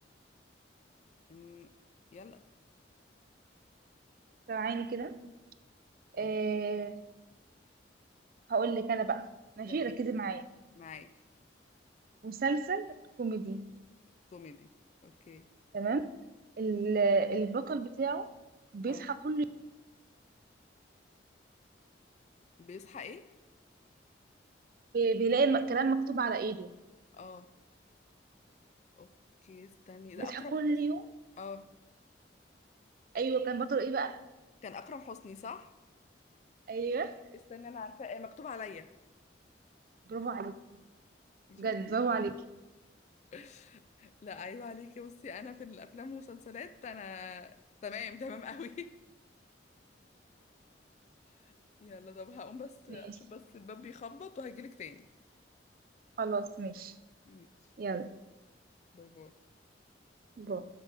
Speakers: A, on the left; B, on the right.
A: أمم، يلا
B: سامعيني كده
A: أوكي.
B: أه هقول لك انا بقى ماشي
A: تمام
B: ركزي معايا
A: معاكي
B: مسلسل كوميدي
A: كوميدي اوكي
B: تمام ال- البطل بتاعه بيصحى
A: اه
B: كل يوم
A: بيصحى ايه
B: بي- بيلاقي الم- كلام مكتوب على ايده
A: اه اوكي استني ده
B: بيصحى
A: اكرم
B: كل
A: حسني
B: يوم
A: اه
B: ايوه كان بطل ايه بقى
A: كان اكرم حسني صح
B: ايوه
A: استني انا عارفاه إيه، مكتوب عليا
B: برافو عليك بجد
A: شفتي
B: برافو عليك
A: <laughs> لا عيب عليكي بصي انا في الافلام والمسلسلات انا تمام تمام قوي <laughs> يلا طب هقوم بس
B: ماشي
A: اشوف بس الباب بيخبط وهجيلك تاني
B: خلاص ماشي
A: ماشي
B: يلا
A: باي باي
B: باي